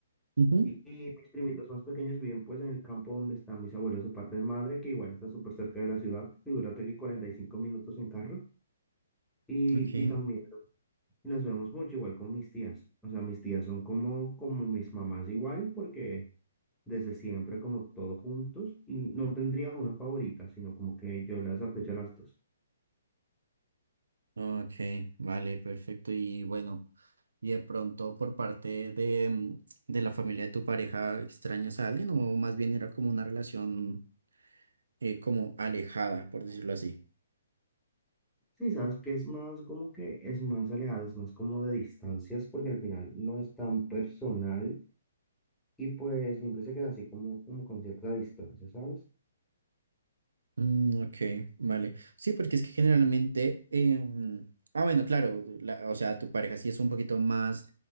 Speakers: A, on the right; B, in the centre.
A: Ujú.
B: y, y mis primitos más pequeños viven pues en el campo donde están mis abuelos de parte de madre, que igual está súper cerca de la ciudad, figúrate que 45 minutos en carro y,
A: Ok,
B: y también nos vemos mucho igual con mis tías, o sea, mis tías son como, como mis mamás igual porque desde siempre como todos juntos y no tendría una favorita, sino como que yo las aprecio a las dos.
A: ok, vale, perfecto. Y bueno, ¿y de pronto por parte de, mm, de la familia de tu pareja extrañas a alguien o más bien era como una relación eh, como alejada, por decirlo así?
B: Sí, sabes que es más como que es más alejado, es más como de distancias, porque al final no es tan personal y pues siempre se queda así como, como con cierta distancia, ¿sabes?
A: Mm, ok, vale. Sí, porque es que generalmente, em, ah, bueno, claro, la- o sea, tu pareja sí es un poquito más